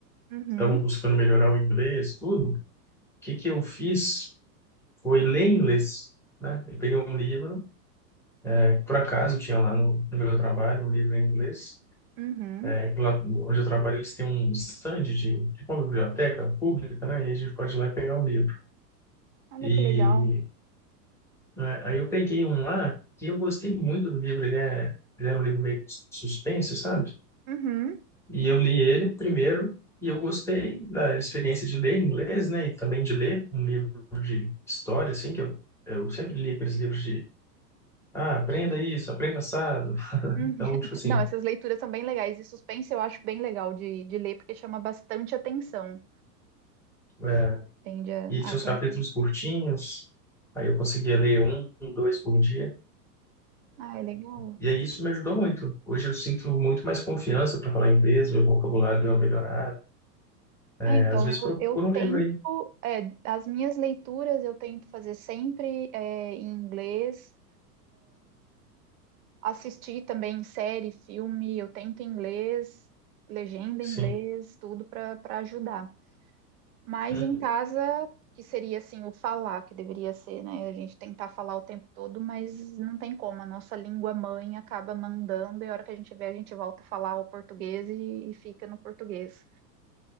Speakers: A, on the right; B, in the centre.
A: Uhum,
B: estavam buscando melhorar o inglês, tudo, o que que eu fiz foi ler inglês, né? Eu peguei um livro, é, por acaso tinha lá no, no meu trabalho um livro em inglês,
A: uhum.
B: É, e lá onde eu trabalho, eles têm um stand de, de uma biblioteca pública, né? E a gente pode ir lá e pegar um livro.
A: Olha
B: E
A: que legal.
B: né, aí eu peguei um lá e eu gostei muito do livro. Ele é, ele é um livro meio suspense, sabe?
A: Uhum,
B: E eu li ele primeiro e eu gostei da experiência de ler em inglês, né? E também de ler um livro de história, assim, que eu, eu sempre li aqueles livros de, ah, aprenda isso, aprenda assado.
A: uhum.
B: Então,
A: <laughs>
B: tipo assim,
A: Não, essas leituras são bem legais. E suspense eu acho bem legal de, de ler, porque chama bastante atenção.
B: é,
A: Tende a,
B: e tinha
A: a atenção.
B: uns capítulos curtinhos. Aí eu conseguia ler um, dois por dia.
A: Ah, é legal.
B: E aí isso me ajudou muito. Hoje eu sinto muito mais confiança para falar inglês, meu vocabulário deu uma melhorada. É,
A: É, então,
B: às vezes
A: eu,
B: procura
A: eu
B: um
A: tento,
B: livro aí.
A: é, as minhas leituras eu tento fazer sempre é, em inglês, Assistir também série, filme, eu tento em inglês, legenda
B: Sim.
A: em inglês, tudo para para ajudar. Mas
B: Uhum.
A: em casa, que seria assim o falar, que deveria ser, né? A gente tentar falar o tempo todo, mas não tem como. A nossa língua mãe acaba mandando, e a hora que a gente vê, a gente volta a falar o português e, e fica no português.